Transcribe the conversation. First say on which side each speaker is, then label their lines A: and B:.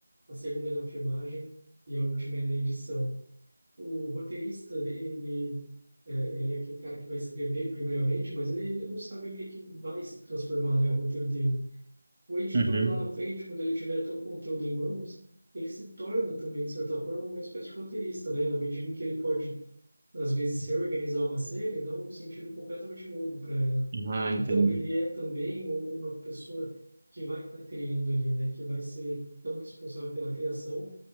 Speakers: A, on the right; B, on the right.
A: a segunda é na filmagem e a última é na edição. O roteirista, ele é, ele é aquele cara que vai escrever primeiramente, mas ele não sabe o que que vai se transformar, né, o roteiro dele. O editor
B: Uhum.
A: lá na frente, quando ele tiver todo o conteúdo em mãos, ele se torna também, de certa forma, uma espécie de roteirista, né, na medida em que ele pode às vezes reorganizar uma cena e dar um sentido completamente novo para ela.
B: Ah, entendi.
A: Então ele é também u- uma pessoa que vai estar criando ali, né? Que vai ser tão responsável pela criação